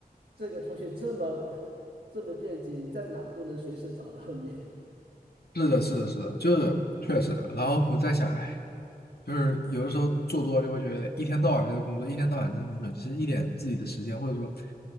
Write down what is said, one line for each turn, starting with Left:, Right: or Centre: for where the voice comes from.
Right: 这个通讯这么这么便捷，你在哪都能随时找到你。
Left: 是的，是的，是的，就是确实。然后我在想，哎，就是有的时候做多了就会觉得一天到晚在这工作，一天到晚在这工作，其实一点自己的时间，或者说